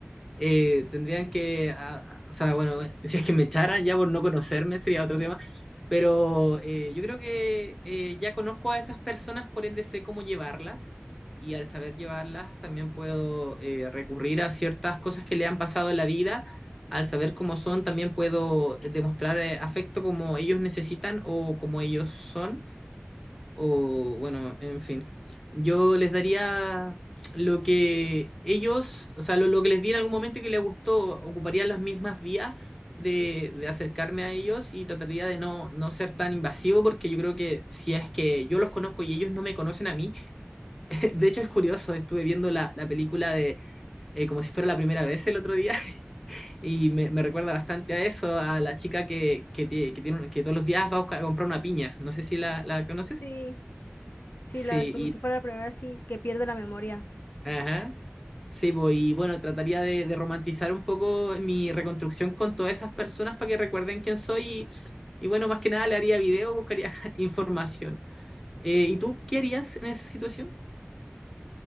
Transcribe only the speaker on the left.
Sí, sí,
la de como si fuera la primera, sí, que pierde la memoria.